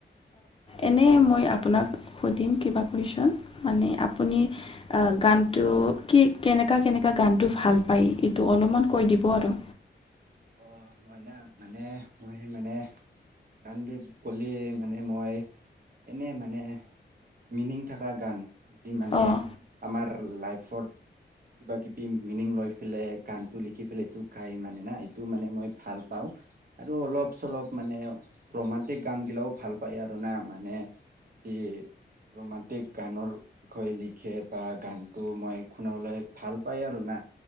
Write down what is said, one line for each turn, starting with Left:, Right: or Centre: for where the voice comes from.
Left: এনেই মই আপোনাক সুধিম কিবা কুৱেশ্যন, মানে আপুনি গানটো কি কেনেকুৱা কেনেকুৱা গানটো ভাল পায়, এইটো অলপমান কৈ দিব আৰু।
Right: অঁ মই না মানে মই মানে, গানবিধ ক'লে মানে মই এনেই মানে মিনিং থকা গান। যি মানে
Left: অঁ
Right: আমাৰ লাইফৰ কিবা কিবি মিনিং লৈ পেলই গানটো লিখি পেলাই এইটো গাই মানে না। টোক মানে মই ভাল পাওঁ। আৰু অলপ চলপ মানে ৰোমাণ্টিক গান বিলাকো ভাল পায় আৰু না। মানে যি ৰোমাণ্টিক গানৰ বিষয় লিখে বা গানটো মই শুনাবলৈ ভাল পায় আৰু না।